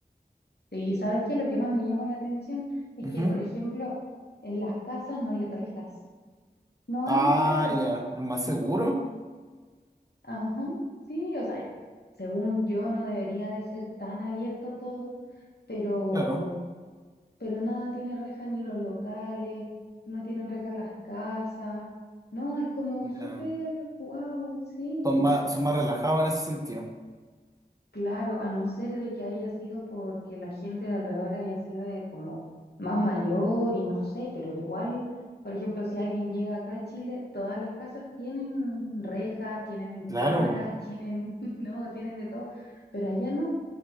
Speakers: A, on the left; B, on the right.
A: Y ¿sabes qué? Lo que más me llamó la atención es
B: Ujú.
A: que, por ejemplo, en las casas no hay rejas. No
B: Ah,
A: hay rejas.
B: ya, es más seguro,
A: Ajá, sí, o sea, según yo no debería de ser tan abierto todo, pero,
B: claro.
A: pero nada tiene rejas ni los locales, no tienen rejas las casas, no, es como
B: Mira,
A: súper, wow, sí.
B: son más, son más relajados en ese sentido.
A: Claro, a no ser de que haya sido porque la gente de alrededor haya sido de como más mayor y no sé, pero igual, por ejemplo, si alguien llega acá a Chile, todas las casas tienen rejas, tienen
B: Claro,
A: cámaras, tienen, <laughs> no, tienen de todo, pero allá no.